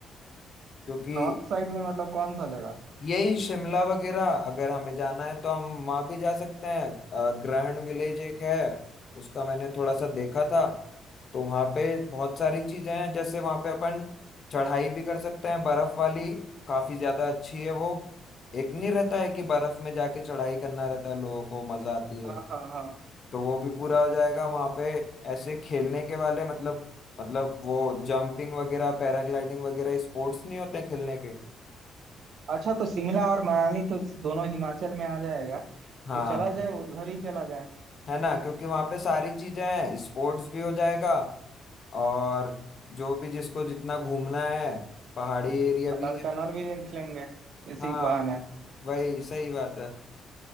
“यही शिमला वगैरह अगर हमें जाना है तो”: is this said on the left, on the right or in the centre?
Left